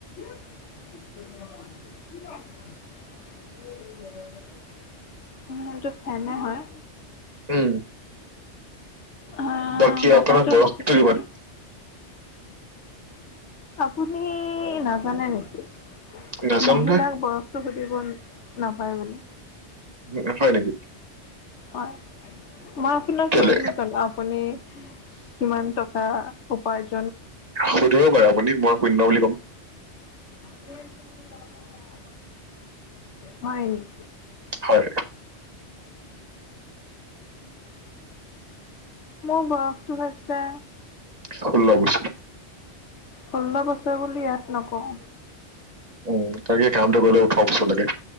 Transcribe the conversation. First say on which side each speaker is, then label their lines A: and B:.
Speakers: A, on the left (about 75°); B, on the right (about 35°).
A: <unintelligible> <inaudible> <unintelligible> সটো ফেনে হয়।
B: উম
A: আহ
B: বাকী
A: বতাহটো
B: আপোনাৰ বয়সটো
A: বেছিকে
B: কিমান
A: দি, আপুনি নাজানে নেকি
B: নাজানো
A: মহিলাক বয়সতো সুধিব নাপায় বুলি
B: উ হয় নেকি?
A: হয়। মই আপোনাক
B: কেলে
A: সুধিলো জানো আপুনি কিমান টকা উপাৰজ
B: সুধিব পাৰে আপুনি মই শুন্য বুলি ক <inaudible>
A: <inaudible> হয় নেকি?
B: হয়।
A: মোৰ বয়সটো হৈছে
B: ষোল্ল বছৰ
A: ষোল্ল বছৰ বুলি ইয়াত নকওঁ।
B: উম কাৰ্য়াত কামটো কৰিলে ওঠৰ বছৰ লাগে।